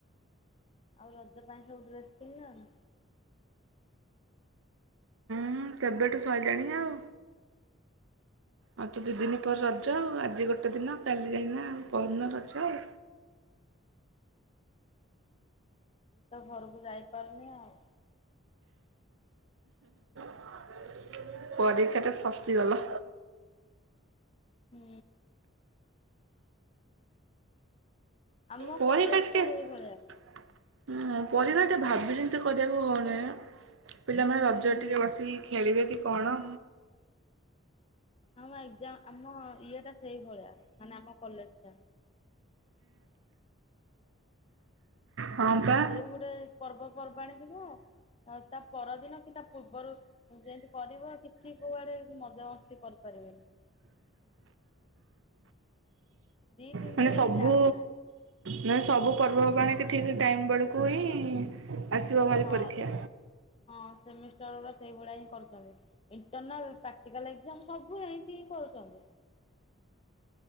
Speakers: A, on the left (about 30°); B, on the right (about 75°).
A: ଆଉ ରଜ ପାଇଁ ସବୁ ଡ୍ରେସ କିଣିଲଣି?
B: ହୁଁ କେବେଠୁ ସଇଲାଣି ଆଉ। ଆଉ ତ ଦିଦିନି ପରେ ରଜ ଆଉ ଆଜି ଗୋଟେ ଦିନ କାଲି ଯାଇକିନା ପହରଦିନ ରଜ ଆଉ।
A: ମୁଁ ତ ଘରକୁ ଯାଇପାରୁନି ଆଉ।
B: <inaudible> ପରୀକ୍ଷା ରେ ଫସିଗଲ।
A: ହୁଁ। ଆମ
B: ପରୀକ୍ଷା
A: କଲେଜ ଟା
B: ଟେ ଉଁ
A: ହେଇଭଳିଆ
B: ପରୀକ୍ଷା ଟିକେ ଭାବି ଚିନ୍ତି କରିବାକୁ ହଉନାହିଁ ନା। ପିଲାମାନେ ରଜରେ ଟିକେ ବସିକି ଖେଳିବେ କି କଣ?
A: ଆମ ଏକ୍ସାଯାମ୍ ଆମ ଇଏ ଟା ସେଇଭଳିଆ ମାନେ ଆମ କଲେଜ ଟା।
B: ହଁ ପା।
A: ଯୋଉ ଗୋଟେ ପର୍ବପର୍ବାଣିୀ ଥିବ ଆଉ ତା ପରଦିନ କି ତା ପୂର୍ବରୁ ଯେମତି କରିବ କିଛି କୁଆଡେ ମଜାମସ୍ତି କରିପାରିବେନି। ଦି ତିନି
B: ମାନେ
A: ଦିନ
B: ସବୁ
A: ବି ଗ୍ୟାପ୍ ନାହିଁ।
B: ମାନେ ସବୁ ପର୍ବବାଣିକି ଠିକ୍ ଟାଇମ୍ ବେଳକୁ ହିଁ ଆସିବ ଭାରି
A: ହଁ
B: ପରୀକ୍ଷା।
A: ହଁ ସେମିଷ୍ଟର ଉଡା ସେଇଭଳିଆ ହିଁ କରୁଛନ୍ତି। ଇଣ୍ଟରନାଲ ପ୍ରାକ୍ଟିକାଲ ଏକଯାମ୍ ସବୁ ଏମତି ହିଁ କରୁଛନ୍ତି।